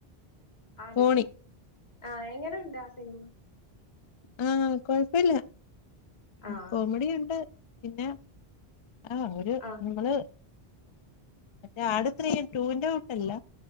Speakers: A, on the left; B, on the left.
A: ആട്
B: ഫോണി
A: ത്രീ? ആഹ് എങ്ങനെണ്ട് ആ സിനിമ?
B: ആഹ് കൊഴപ്പില്ല
A: ആഹ്
B: കോമഡിയുണ്ട് പിന്നെ ആഹ് ഒര്
A: ആഹ്
B: ഇമ്മള്- മറ്റേ ആട് ത്രീ ടൂവിന്റെ കൂട്ടല്ല